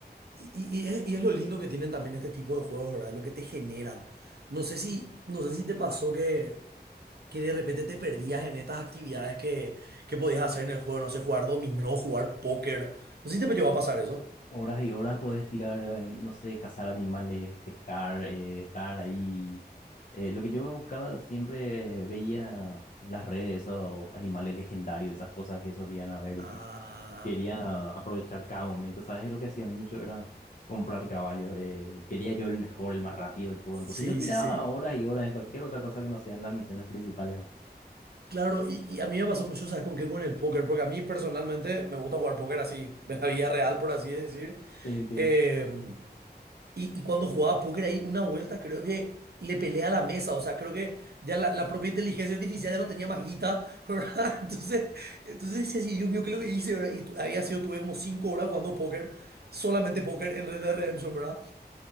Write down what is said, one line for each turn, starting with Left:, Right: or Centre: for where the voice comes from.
Right: y, y- y es, y es lo lindo que tienen también este tipo de juegos, ¿verdad? Lo que te generan. No sé si, no sé si te pasó que, que de repente te perdías en estas actividades que, que podías hacer en el juego, no sé, jugar dominó, jugar póker, no sé si te llegó a pasar eso.
Left: horas y horas puedes tirar, en, no sé, cazar animales, pescar, eh, estar ahí. Eh, lo que yo buscaba siempre veía en las redes esos animales legendarios, esas cosas que solían haber y
Right: Ah.
Left: tipo, quería aprovechar cada momento. ¿Sabes? Lo que hacía mucho era comprar caballos. eh, quería yo el mejor, el más rápido, el todo.
Right: Sí,
Left: Entonces yo tiraba
Right: sí, sí.
Left: horas y horas en cualquier otra cosa que no sean las misiones principales. ¿no?
Right: Claro, y, y a mí me pasó mucho, ¿sabes con qué? Con el póker, porque a mí personalmente me gusta jugar póker así, <laughs> de la vida real, por así decir.
Left: Sí, entiendo.
Right: Eh, y, y cuando jugaba póker ahí, una vuelta creo que le peleé a la mesa, o sea, creo que ya la, la propia inteligencia artificial ya no tenía más guita, <laughs> ¿verdad? Entonces, entonces decía así, Dios mío, ¿qué es lo que hice? verdad? Y tu- había sido, tuve como cinco horas jugando póker, solamente póker en Red Dead Redemption, ¿verdad?